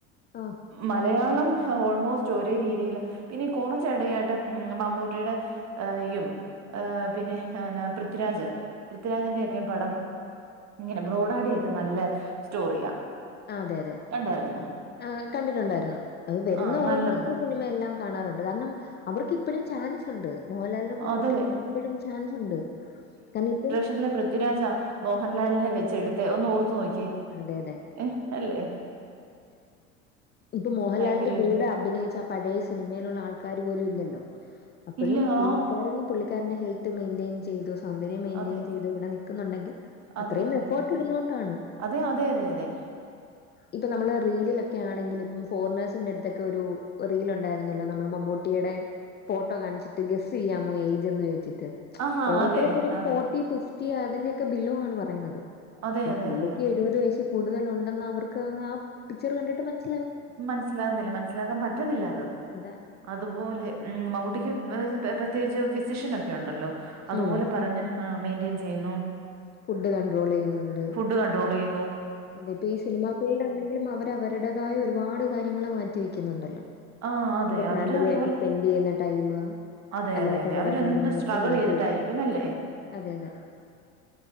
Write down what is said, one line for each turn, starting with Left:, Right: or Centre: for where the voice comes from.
Left: ഓ
Right: മലയാളം ഓൾമോസ്റ്റ് ഒരേ രീതിയില് പിന്നെ കുറച്ചെടയായിട്ട് മമ്മൂട്ടിയുടെ ഈ ഏ പിന്നെ പൃഥ്വിരാജ് പൃഥ്വിരാജിന്റെ ഒക്കെ പടം ഇങ്ങനെ ബ്രോഡാഡി ഒക്കെ നല്ല സ്റ്റോറിയാ
Left: ആഹ് അതെ അതെ
Right: കണ്ടായിരുന്നോ
Left: ആ കണ്ടിട്ടുണ്ടായിരുന്നു അത് വരുന്ന
Right: ആഹ്
Left: ഓൾമോസ്റ്റ്
Right: നല്ല
Left: സിനിമയെല്ലാം കാണാറുണ്ട് കാരണം അവർക്ക് ഇപ്പഴും ചാൻസ് ഉണ്ട് മോഹൻലാലിന് മമ്മൂട്ടിക്കൊക്കെ
Right: അത്
Left: ഇപ്പോഴും ചാൻസ് ഉണ്ട് കാരണം ഇപ്പം
Right: അല്ലപൃഥ്വിരാജാ മോഹൻലാലിനെ വെച്ച എടുത്ത് ഒന്ന് ഓർത്തു നോക്കി
Left: അതെ അതെ
Right: ഏ അല്ലേ
Left: ഇപ്പൊ മോഹൻലാലിന്റെ
Right: ഭയങ്കര
Left: കൂടെ
Right: ഒരു
Left: അഭിനയിച്ച പഴയ സിനിമയിലുള്ള ആൾക്കാർ പോലും ഇല്ലല്ലോ അപ്പോഴും
Right: ഇല്ല
Left: പുള്ളിക്കാരൻ
Right: ആഹ്
Left: പുള്ളിക്കാരന്റെ ഹെൽത്ത് മെയ്ന്റെയ്ൻ ചെയ്തു സൗന്ദര്യം മെയ്ന്റെയ്ൻ
Right: അതെ
Left: ചെയ്ത് ഇവിടെ നിക്കുന്നുണ്ടെങ്കിൽ
Right: അതെ
Left: അത്രയും എഫോർട്ട്
Right: അതെ അതെ
Left: ഇടുന്ന കൊണ്ടാണ്
Right: അതെ അതെ അതെ അതെ
Left: ഇപ്പൊ നമ്മള് റീലിലൊക്കെ ആണെങ്കിൽ ഇപ്പം ഫോറിനേഴ്സിന്റെ അടുത്തൊക്കെ ഒരു റീൽ ഉണ്ടായിരുന്നല്ലോ നമ്മുടെ മമ്മൂട്ടിയുടെ ഫോട്ടോ കാണിച്ചിട്ട് ഗസ് ചെയ്യാമോ ഏജ് എന്ന് ചോദിച്ചിട്ട്
Right: ആഹാ
Left: ഓരോത്തരക്കെ
Right: അതെ
Left: ഇങ്ക
Right: അതെ
Left: ഫോർട്ടി ഫിഫ്റ്റി അതിന്റെ ഒക്കെ ബിലുആണ് പറയുന്നത്
Right: അതെ
Left: പക്ഷെ
Right: അതെ
Left: പുള്ളിക്ക്
Right: അതെ അതെ
Left: എഴുപത് വയസ് കൂടുതല ഒണ്ടെന്ന് അവർക്ക് ആ പിക്ചർ കണ്ടിട്ട് മനസ്
Right: മനസ്സിലാകുന്നില്ല മനസിലാക്കാൻ പറ്റത്തില്ല അത്
Left: അതെ
Right: അതുപോലെ ഉം മമ്മൂട്ടിക്ക് പ്രത്യേകിച്ച് ഫിസിഷ്യൻൊക്കെ ഉണ്ടല്ലോ അതുപോലെ
Left: ഉം
Right: പറഞ്ഞ ആഹ് മെയിന്റയിൻ ചെയ്യുന്നു
Left: ഫുഡ് കൺട്രോൾ ചെയ്യുന്നുണ്ട്
Right: ഫുഡ് കൺട്രോള്യ്യുന്നു
Left: അതെ ഇപ്പ ഈ സിനിമാ ഫീൽഡ് ആണെങ്കിലും അവര അവരുടേതായ ഒരുപാട് കാര്യങ്ങള് മാറ്റി വെക്കുന്നുണ്ടല്ലോ
Right: ആ അതെ
Left: അപ്പൊ ഫാമിലി
Right: അവര് അതുപോലെ
Left: ആയിട്ട് സ്പെൻഡ്‌ ചെയ്യുന്ന ടൈമ്
Right: അതെ
Left: അല്ലാത്ത
Right: അതെ അതെ
Left: കൊറെ
Right: അവരെന്ത്
Left: കാര്യങ്ങളൊക്കെ
Right: സ്ട്രഗിൾ
Left: മാറ്റി
Right: ചെയ്തിട്ടായിരിക്കും
Left: വെച്ചിണ്ട്
Right: അല്ലേ
Left: അതെ അതെ